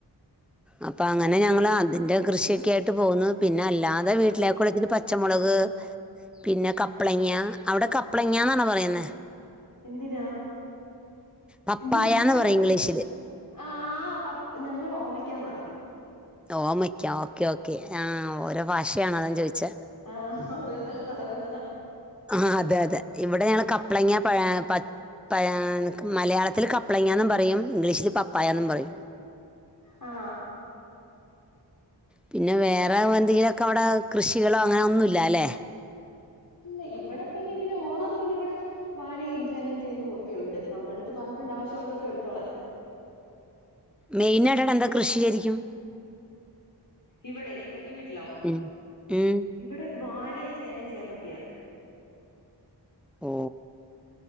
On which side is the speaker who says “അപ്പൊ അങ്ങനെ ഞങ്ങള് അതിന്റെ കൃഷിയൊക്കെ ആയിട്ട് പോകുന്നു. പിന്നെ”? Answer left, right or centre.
Centre